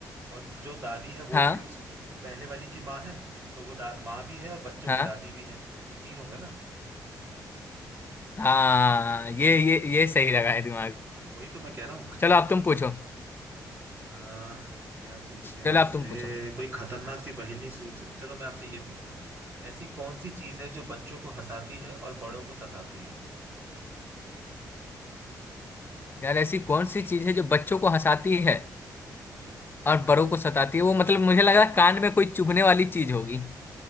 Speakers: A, on the right; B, on the left.
A: और जो दादी है वो
B: हाँ
A: भी उस पहले वाली की माँ है तो वो दा- माँ भी है और बच्चों
B: हाँ
A: की दादी भी है तो तीन हो गए ना
B: हाँ ये ये ये सही लगा है दिमाग
A: हाँ, वही तो मैं कह रहा हूँ
B: चलो अब तुम पूछो
A: आ, क्या पूछे
B: चलो
A: आपसे
B: अब तुम पूछो
A: कोई खतरनाक सी पहेली सोच चलो मैं आपसे ये पूछता हूँ ऐसी कौन सी चीज है जो बच्चों को हंसाती है और बड़ों को सताती है
B: यार ऐसी कौन सी चीज है जो बच्चों को हंसाती है
A: हम्म
B: और बड़ों को सताती है वो मतलब मुझे लग रहा है कान में कोई चुभने वाली चीज होगी